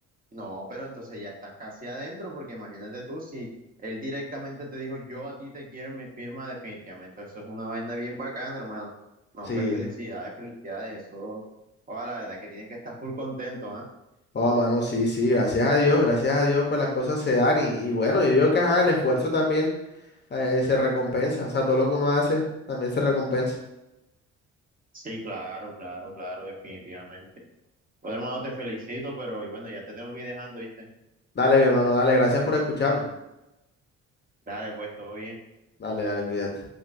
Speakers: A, on the right; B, on the left.
A: No, pero entonces ya estás casi adentro, porque imagínate tú, si él directamente te dijo, yo a ti te quiero en mi firma, definitivamente, eso es una vaina bien bacana, hermano. No,
B: Sí,
A: hombre, felicidades, felicidades, eso, ojalá, la verdad que tienes que estar full contento, ¿ah?
B: oh, mano, sí, sí, gracias a Dios, gracias a Dios, pues las cosas se dan y, y bueno, yo digo que ajá, el esfuerzo también eh, se recompensa, o sea, todo lo que uno hace también se recompensa.
A: Sí, claro, claro, claro, definitivamente. Bueno, hermano, te felicito, pero y bueno, ya te tengo que ir dejando, ¿viste?
B: Dale, mi hermano, dale, gracias por escucharme.
A: Dale, pues, todo bien.
B: Dale, dale, cuídate.